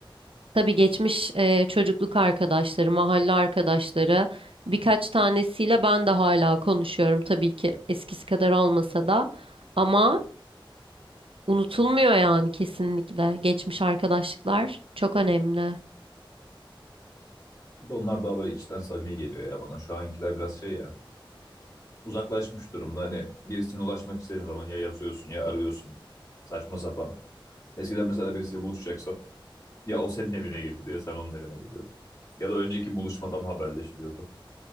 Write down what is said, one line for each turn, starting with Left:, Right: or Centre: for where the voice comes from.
Right: Tabii geçmiş e, çocukluk arkadaşları, mahalle arkadaşları birkaç tanesiyle ben de hala konuşuyorum tabii ki eskisi kadar olmasa da ama unutulmuyor yani kesinlikle. Geçmiş arkadaşlıklar çok önemli.
Left: Bir de onlar daha böyle içten samimi geliyor ya bana. Şu ankiler biraz şey ya. Uzaklaşmış durumda. Hani birisine ulaşmak istediğin zaman ya yazıyorsun ya arıyorsun. Saçma sapan. Eskiden mesela birisiyle buluşacaksam ya o senin evine geliyordu ya sen onun evine geliyordun. Ya da önceki buluşmadan haberleşiliyordu.